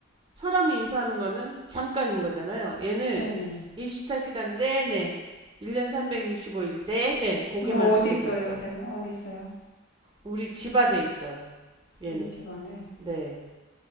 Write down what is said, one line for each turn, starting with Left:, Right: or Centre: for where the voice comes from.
Right: 사람이 인수하는 거는 잠깐인 거잖아요. 얘는
Left: 네네.
Right: 24시간 내내 1년 365일 내내 고개만
Left: 그럼 뭐
Right: 숙이고
Left: 어디 있어요?
Right: 있어요.
Left: 걔는 어디 있어요?
Right: 우리 집 안에 있어요. 얘는.
Left: 우리 집안에
Right: 네.